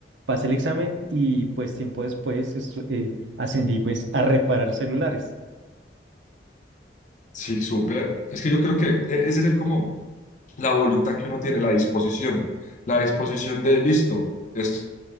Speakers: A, on the right; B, on the left.
A: Pasé el examen y pues tiempo después estu- eh, ascendí pues a reparar celulares.
B: sí, súper. Es que yo creo que eh, ese es el como la voluntad que uno tiene, la disposición, la disposición de listo, est-